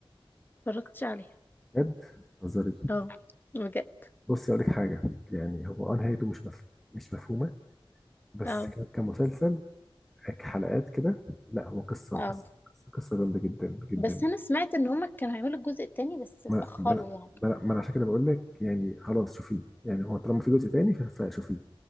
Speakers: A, on the left; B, in the centre.
A: اتفرجتش عليها
B: بجد تهزري
A: اه بجد
B: بصي اقول لك حاجه يعني هو اه نهايته مش مف... مش مفهومه بس
A: اه
B: ك- كمسلسل حلقات كده لا هو قصه
A: اه
B: قصه قصه جامده جدا جدا
A: بس انا سمعت ان هما كانوا هيعملوا الجزء التاني بس اتأخروا
B: ما ما
A: يعني
B: ما ما انا عشان كده بقول لك يعني خلاص شوفيه يعني هو طالما في جزء تاني ف- فشوفيه